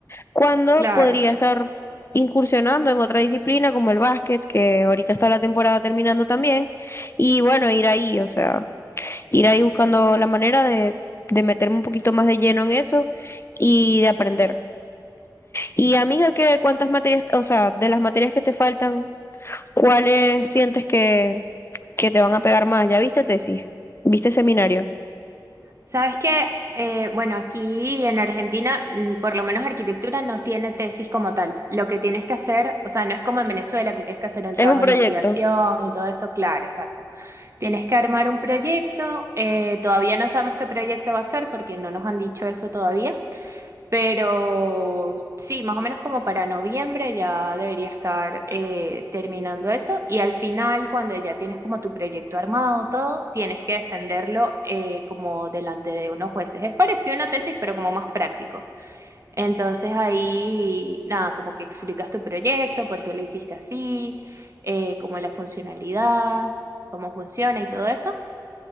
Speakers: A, on the left; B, on the right.
A: cuando
B: claro.
A: podría estar incursionando en otra disciplina como el básquet, que ahorita está la temporada terminando también, y bueno, ir ahí, o sea, ir ahí buscando la manera de, de meterme un poquito más de lleno en eso y de aprender. Y amiga, ¿qué, cuántas materias, o sea, de las materias que te faltan, cuáles sientes que, que te van a pegar más? ¿Ya viste tesis? ¿Viste seminario?
B: Sabes que, eh, bueno, aquí en Argentina, mm, por lo menos arquitectura no tiene tesis como tal. Lo que tienes que hacer, o sea, no es como en Venezuela que tienes que hacer un trabajo
A: ¿Es un proyecto?
B: de investigación y todo eso, claro, exacto. Tienes que armar un proyecto, eh, todavía no sabemos qué proyecto va a ser porque no nos han dicho eso todavía. Pero sí, más o menos como para noviembre ya debería estar eh, terminando eso. Y al final, cuando ya tienes como tu proyecto armado, todo, tienes que defenderlo eh, como delante de unos jueces. Es parecido a una tesis, pero como más práctico. Entonces ahí, nada, como que explicas tu proyecto, por qué lo hiciste así, eh, como la funcionalidad, cómo funciona y todo eso